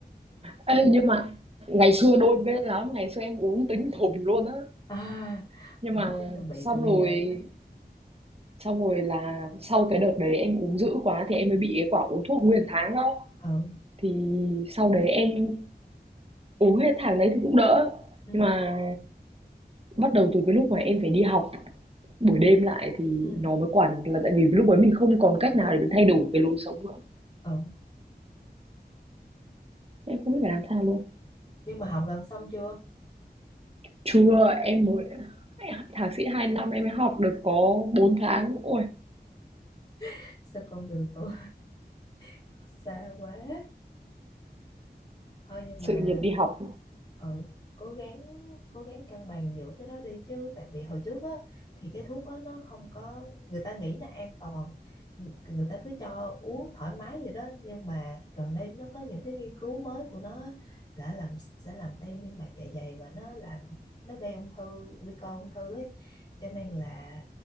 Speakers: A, on the right; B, on the left.
A: Ê, nhưng mà ngày xưa đôi bên lắm ngày xưa em uống tính thùng luôn á
B: à
A: Nhưng
B: ừ
A: mà
B: chứ tôi bị
A: xong
B: từ bây
A: rồi
B: giờ đó
A: xong rồi là sau cái đợt đấy em uống dữ quá thì em mới bị cái quả uống thuốc nguyên tháng đó.
B: ừ
A: Thì sau đấy em uống hết tháng đấy thì cũng đỡ.
B: ừ
A: Nhưng mà bắt đầu từ cái lúc mà em phải đi học buổi đêm lại thì
B: ừ
A: nó mới quản là tại vì lúc ấy mình không còn cách nào để mình thay đổi cái lối sống nữa.
B: ừ
A: Em không biết phải làm sao luôn.
B: nhưng mà học gần xong chưa
A: Chưa, em mới thạc sĩ 2 năm em mới học được có 4 tháng. Ôi,
B: <laughs> sao con đường còn <laughs> xa quá thôi nhưng
A: sự
B: mà
A: nghiệp đi học.
B: ừ, cố gắng cố gắng cân bằng giữa cái đó đi chứ tại vì hồi trước á thì cái thuốc đó nó không có người ta nghĩ là an toàn Nhi- người ta cứ cho uống thoải mái vậy đó nhưng mà gần đây nó có những cái nghiên cứu mới của nó á, là làm sẽ làm teo niêm mạc dạ dày và nó làm nó gây ung thư nguy cơ ung thư ấy cho nên là